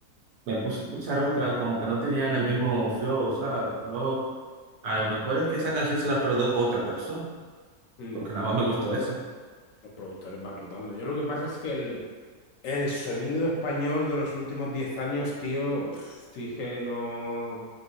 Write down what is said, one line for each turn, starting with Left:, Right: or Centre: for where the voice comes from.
Right: me puse a escuchar otra, como que no tenían el mismo flow, o sea, yo, a lo mejor es que esa canción se la produjo otra persona,
Left: <laughs>
Right: porque nada más me gustó eso.
Left: Los productores van rotando. Yo lo que pasa es que el, El sonido español de los últimos 10 años, tío, pf, tío, es que no.